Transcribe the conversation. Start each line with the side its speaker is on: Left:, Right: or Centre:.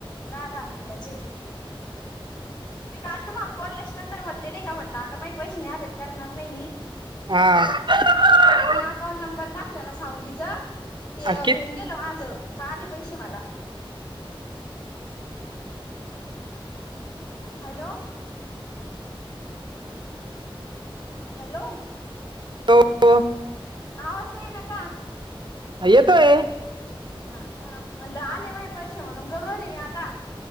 Left: दहा, दहा मिनटाचे. मी काल तुम्हाला बोल्याच्या नंतर म्हटले नाही का म्हटले आता माये पैसे नाही आले तर करणार नाही मी.
Right: हा
Left: तर मग मी अकाउंट नंबर टाकला ना सांवंगीच ते होऊन
Right: किती
Left: गेलं माझं. का आले पैसे मला. हॅलो. हॅलो.
Right: हो.
Left: आवाज नाही ये न का?
Right: ह येतोय.
Left: हा का म्हटलं आले माये पैसे म्हणून करू राहिली मी आता.